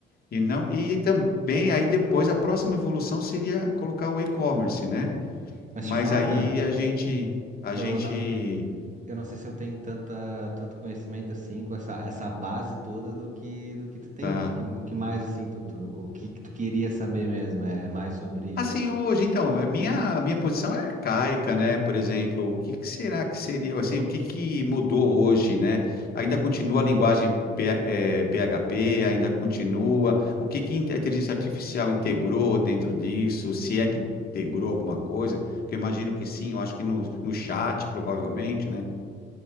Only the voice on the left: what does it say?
e não e também aí depois a próxima evolução seria colocar o e-commerce, né?
Mas
aí
a gente a
gente
tá
Assim, hoje, então, a minha, a minha posição é arcaica, né? Por exemplo, o que que será que seria, assim, o que que mudou hoje, né? Ainda continua a linguagem P- eh, PHP, ainda continua. O que que a inteligência artificial integrou dentro disso? Se é que integrou alguma coisa, que eu imagino que sim, eu acho que no, no chat, provavelmente, né?